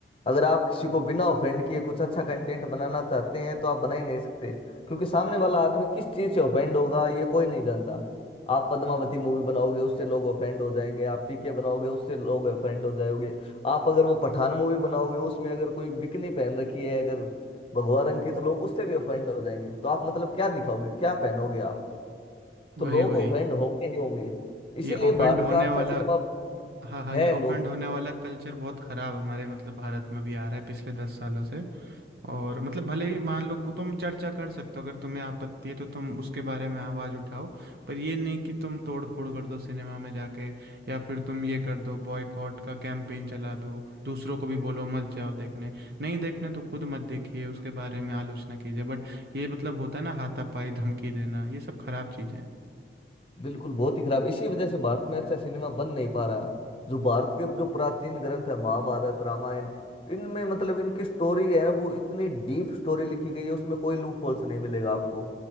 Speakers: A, on the left; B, on the right.
A: अगर आप किसी को बिना ऑफेंड किए कुछ अच्छा कंटेंट बनाना चाहते हैं तो आप बना ही नहीं सकते क्योंकि सामने वाला आदमी किस चीज़ से ऑफेंड होगा ये कोई नहीं जानता आप पद्मावती मूवी बनाओगे उससे लोग ऑफेंड हो जाएंगे आप पीके बनाओगे उससे लोग ऑफेंड हो जाओगे आप अगर वो पठान मूवी बनाओगे उसमें अगर कोई बिकनी पहन रखी है अगर भगवा रंग की तो लोग उससे भी ऑफेंड हो जाएंगे तो आप मतलब क्या दिखाओगे क्या पहनोगे आप
B: वही
A: तो लोग
B: वही
A: ऑफेंड होंगे ही होंगे इसीलिए
B: ये ऑफेंड
A: भारत
B: होने
A: का अच्छा
B: वाला
A: सिनेमा
B: हाँ हाँ
A: है
B: ये ऑफेंड
A: लोग
B: होने वाला कल्चर बहुत खराब हमारे मतलब भारत में भी आ रहा है पिछले दस सालों से और मतलब भले ही मान लो को तुम चर्चा कर सकते हो अगर तुम्हें आपत्ति है तो तुम उसके बारे में आवाज़ उठाओ पर ये नहीं कि तुम तोड़ फोड़ कर दो सिनेमा में जाके या फिर तुम ये कर दो बॉयकॉट का कैंपेन चला दो दूसरों को भी बोलो मत जाओ देखने नहीं देखना तो खुद मत देखिए उसके बारे में आलोचना कीजिए बट ये मतलब होता है ना हाथापाई धमकी देना ये सब खराब चीज़ें हैं
A: बिल्कुल बहुत ही खराब इसी वजह से भारत में अच्छा सिनेमा बन नहीं पा रहा जो भारत के जो प्राचीन ग्रंथ है महाभारत रामायण इनमें मतलब इनकी स्टोरी है ना वो इतनी डीप स्टोरी लिखी गई है उसमें कोई लूप होल्स नहीं मिलेगा आपको